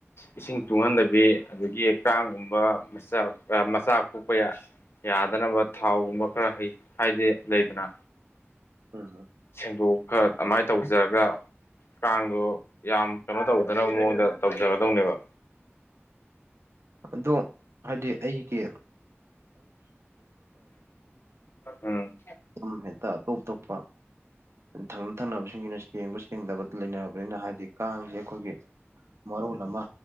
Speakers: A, on the left; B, on the right.
A: ꯏꯁꯤꯡ ꯇꯨꯡꯍꯟꯗꯕꯤ ꯑꯗꯒꯤ ꯀꯥꯡꯒꯨꯝꯕ ꯃ ꯃꯆꯥ ꯀꯣꯛꯄ ꯌꯥ ꯌꯥꯗꯅꯕ ꯊꯥꯎꯒꯨꯝꯕ ꯈꯔ ꯍꯥꯏꯗꯤ ꯂꯩꯗꯅ
B: ꯎ
A: ꯁꯦꯡꯗꯣꯛꯀ ꯑꯗꯨꯃꯥꯏꯅ ꯇꯧꯖꯔꯒ ꯀꯥꯡꯗꯣ ꯌꯥꯝ ꯀꯩꯅꯣ ꯇꯧꯗꯅꯕ ꯃꯑꯣꯡꯗ ꯇꯧꯖꯒꯗ ꯗꯧꯅꯦꯕ
B: ꯑꯗꯣ ꯍꯥꯏꯗꯤ ꯑꯩꯒꯤ ꯀ
A: ꯎꯝ
B: ꯑꯗꯨ ꯍꯦꯛꯇ ꯑꯇꯣꯞꯇꯣꯞꯄ ꯊꯪꯅ ꯊꯪꯅꯕꯁꯤꯡꯁꯤꯅ ꯁꯦꯡꯕ ꯁꯦꯡꯗꯕ ꯂꯩꯅꯔꯕꯅꯤꯅ ꯍꯥꯏꯕꯗꯤ ꯀꯥꯡꯁꯦ ꯑꯩꯈꯣꯏꯒꯤ ꯃꯔꯣꯜ ꯑꯃ